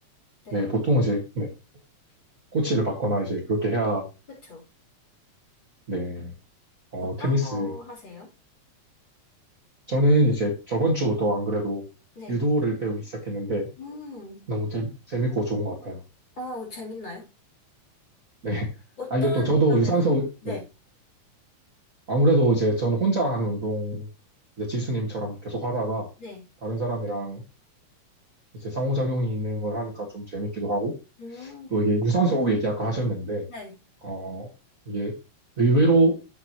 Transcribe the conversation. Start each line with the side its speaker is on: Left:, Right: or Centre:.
Left: 네,
Right: 네, 보통 이제, 네. 코치를 받거나
Left: 네.
Right: 이제 그렇게 해야,
Left: 그쵸.
Right: 네. 어,
Left: 어떤
Right: 테니스
Left: 거 하세요?
Right: 저는 이제 저번 주부터 안 그래도
Left: 네.
Right: 유도를 배우기 시작했는데
Left: 음,
Right: 너무 재, 재밌고 좋은 것 같아요.
Left: 어, 재밌나요?
Right: 네.
Left: 어떤
Right: 아, 이게 또 저도
Left: 점에서?
Right: 유산소,
Left: 네,
Right: 네. 아무래도 이제 저는 혼자 하는 운동, 이제 지수님처럼 계속 하다가
Left: 네.
Right: 다른 사람이랑 이제 상호작용이 있는 걸 하니까 좀 재밌기도 하고
Left: 음,
Right: 또 이게 유산소 얘기 아까 하셨는데,
Left: 네.
Right: 어, 이게 의외로